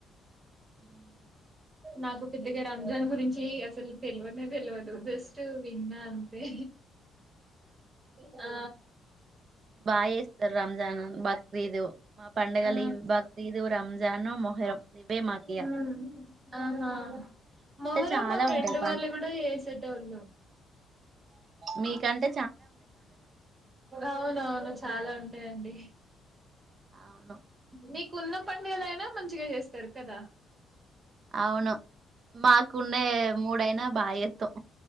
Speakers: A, on the right; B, on the right.
A: ఉమ్,
B: నాకు పెద్దగా రంజాన్ గురించి అసలు తేల్వనే తెల్వదు జస్ట్ విన్నా అంతే ఆ
A: బాచేస్తారు రంజాన్ బక్రీదు మా పండగలు
B: ఆ
A: ఈ వి బక్రీద్ రంజాను మొహరం ఇవే మాకి ఇగ
B: ఉమ్ ఆహా మొహరం
A: చాలా
B: మా ఫ్రెండ్
A: ఉంటాయి
B: వాళ్ళు కూడా చేసేటోళ్ళు
A: మీ కంటే
B: అవున అవును చాలా ఉంటాయండి
A: అవును
B: మీకున్న పండగలయినా మంచిగా చేస్తారు కదా
A: అవును మాకున్నే మూడైన బా చెత్తాం